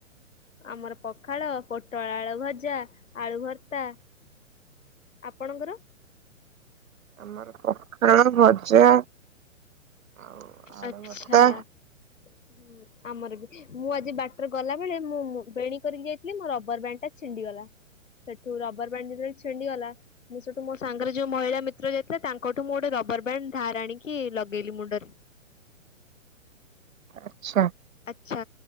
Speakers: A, on the left; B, on the right.
A: ଆମର ପଖାଳ ପୋଟଳ ଆଳୁ ଭଜା ଆଳୁ ଭର୍ତ୍ତା ଆପଣଙ୍କର?
B: ଆମର ପଖାଳ ଭଜା ଆଉ ଆଳୁ
A: ଆଛା
B: ଭର୍ତ୍ତା
A: ହୁଁ ଆମର ବି। ମୁଁ ଆଜି ବାଟରେ ଗଲା ବେଳେ ମୁଁ ବେଣ କରିକି ଯାଇଥିଲି ମୋ ରବର ବ୍ୟାଣ୍ଡ ଟା ଛିଣ୍ଡିଗଲା। ସେଠୁ ରବର ବାଣ୍ଡ ଯେତେଳେ ଛିଣ୍ଡିଗଲା ମୁଁ ସେଠୁ ମୋ ସାଙ୍ଗରେ ଯୋଉ ମହିଳା ମିତ୍ର ଯାଇଥିଲା ତାଙ୍କଠୁ ମୁଁ ଗୋଟେ ରବର ବ୍ୟାଣ୍ଡ ଧାର ଆଣିକି ଲଗେଇଲି ମୁଣ୍ଡରେ।
B: ଆଛା।
A: ଆଛା